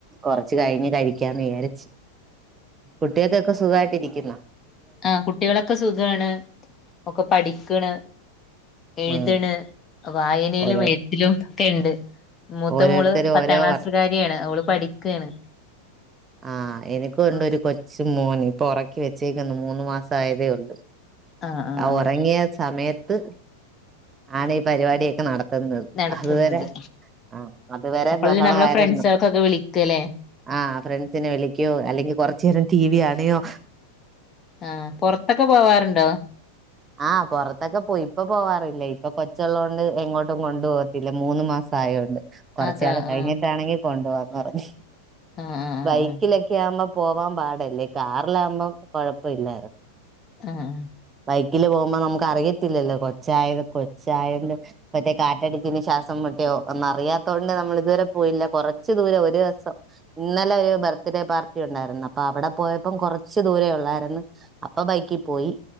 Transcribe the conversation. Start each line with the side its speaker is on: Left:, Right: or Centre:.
Right: കുറച്ച് കഴിഞ്ഞ് കഴിക്കാന്ന് വിജാരിച് കുട്ടി ഓക് ക്കെ സുഖായിട്ടിരി ഇന്ന
Left: ആ കുട്ടികള് ക്ക്‌ സുഖാണ്. ഒക്കെ പഠിക്ണ് എയ്ത്ണ്
Right: ആ
Left: വായനേലും
Right: ഓരോ
Left: എഴുതിലും ക്കെയുണ്ട് മുത്തമോൾ
Right: ഓരോരുത്തരും
Left: പത്താംക്ലാസ്
Right: ഓരോ
Left: കാരിയാണ് ഓള് പഠിക്കാണ്
Right: ആ എനിക് ഉണ്ട്
Left: അവൾക്ക്
Right: ഒരു കൊച്ച് ര് മോൻ ഇപ്പോ ഒറക്കി വെചേക്ന്ന് മുന്ന് മാസ ആയതേഉള്ളൂ
Left: ആഹ് ആഹ്
Right: ആ
Left: ആഹ്
Right: ഉറങ്ങിയ സമയ ത് അണ് ഈ പരിപാടി നടത് ത്ത്ന്നത്
Left: നടക്കുന്നത്
Right: അന്നേര അ അത് വരെ
Left: അപ്പളല്ലേ
Right: ബഹളായിരുന്നു
Left: നമ്മളെ ഫ്രണ്ട്സൾക്കൊക്കെ വിളിക്കല്ലേ
Right: ആ ഫ്രണ്ട് ക്ക്യോ എല്ലങ്കി കുറച്ച് നേരം ടി വി കണ് യോ
Left: ആ പുറത്ത് ഓകെ പോവാറുണ്ടോ
Right: ആ പുറത്ത് ഓകെ പോയി ഇപ്പോ പോ കറില്ല ഇപ്പോ കൊച്ച് ഉള്ളോണ്ട് എങ്ങോട്ടും കൊണ്ട് പോവത്തില്ല മുന്ന് മാസം ആയോണ്ട് കൊറച്ച്
Left: അതാ
Right: കാലം കഴിഞിട്ട്
Left: ആഹ്
Right: അണെങ്കി കൊണ്ടോവം <unintelligible>
Left: ആഹ് ആഹ്
Right: ബൈക്കിലോ
Left: ആഹ്
Right: കെ ആഉമ്പോ പോവാൻ പാട് എല്ലെ കാറിലാഉമ്പോ കുഴപ്പം ഇല്ല
Left: ആ ആ
Right: ബൈക്കിൽ പോഉമ്പോ നമ്മുക്ക് അറിയത്തില്ലല്ലോ കൊച്ചായത് കൊച്ചായന്റെ മറ്റേ കാറ്റടിക്ക്ന്ന് ശ്വാസം മുട്ടി ഒ ഒന്നറിയാത്തോണ്ട് നമ്മള് ഇത്വരേ പോയില്ല കുറച്ച് ദൂരം ഒരു രസം. ഇന്നലെ ഒരു ബെർത്ഡേയ് പാർട്ടി ണ്ടായിരുന്നു. അപ്പ അവിടെ പോയപ്പോ കുറച്ച് ദൂരെ ഉള്ളായിരുന്നു അപ്പ ബൈക്കി പോയി